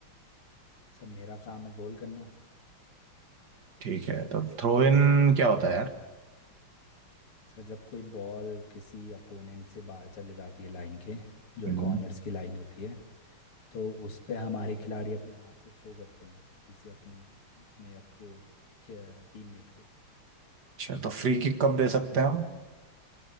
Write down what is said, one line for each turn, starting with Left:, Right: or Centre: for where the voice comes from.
Left: सर मेरा काम है गोल करना
Right: ठीक है तो थ्रो इन क्या होता है यार
Left: सर जब कोई बॉल किसी अपोनेंट से बाहर चले जाती है लाइन के जो
Right: हम्म।
Left: कॉर्नर्स की लाइन होती है तो उस पे हमारे खिलाड़ी अपने हाथ से थ्रो करते हैं किसी अपने अपने अपो टीममेट को
Right: अच्छा तो फ्री किक कब दे सकते हैं हम